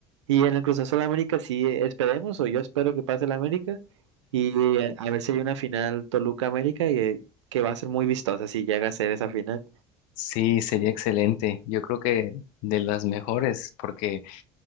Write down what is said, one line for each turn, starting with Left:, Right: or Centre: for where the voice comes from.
Right: Y en el Cruz Azul América sí eh, esperemos, o yo espero que pase el América. Y eh, a ver si hay una final Toluca América y, eh, que va a ser muy vistosa si llega a ser esa final.
Left: Sí, sería excelente. Yo creo que de las mejores, porque,